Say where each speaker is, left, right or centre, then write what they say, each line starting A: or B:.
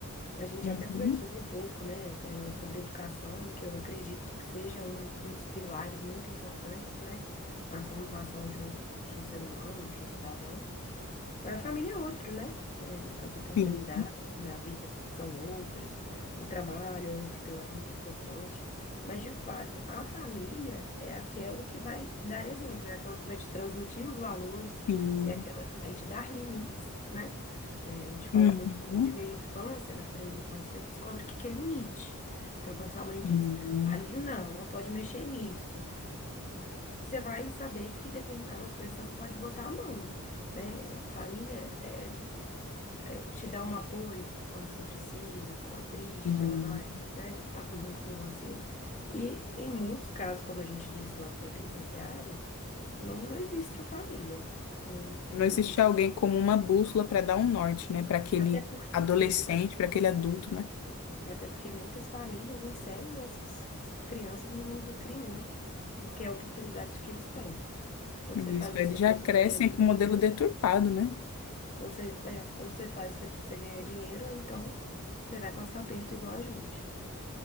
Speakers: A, on the left (about 35°); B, on the left (about 70°).
A: A gente
B: Uhum.
A: até conversou um pouco, né, é, sobre educação, que eu acredito que seja um, um dos pilares muito importantes, né, na formação de um, de um ser humano, de um cidadão. Mas a família é outro, né? É, as oportunidades
B: Sim,
A: na vida são outras, o trabalho é outro pilar muito importante. Mas, de fato, a família é aquela que vai dar exemplo, é aquela que vai te transmitir os valores,
B: sim.
A: é aquela que vai te dar limites, né? É, a gente fala
B: Uhum.
A: muito sobre primeira infância, na primeira infância você descobre o que que é limite. Então, quando sua mãe
B: Sim,
A: diz, ali não, não pode mexer nisso, você vai saber que determinadas coisas você não pode botar a mão né? Família é eh, te dar um apoio quando você precisa, se está triste,
B: sim.
A: ela vai, né, tá co- junto com você. E em muitos casos, como a gente diz lá da penitenciária, não, não existe a família. Não,
B: Não
A: não-
B: existe alguém como uma bússola para dar um norte, né? Para aquele
A: até por,
B: adolescente,
A: e a-
B: para aquele adulto, né?
A: até porque muitas famílias inserem essas crianças no mundo do crime, né? Porque é a oportunidade que eles têm. Ou
B: Isso,
A: você faz
B: eles
A: isso aqui
B: já
A: para
B: crescem
A: você ganhar dinheiro,
B: com o modelo deturpado, né?
A: ou você, é, ou você faz isso aqui para você ganhar dinheiro, ou então você vai passar aperto igual a gente.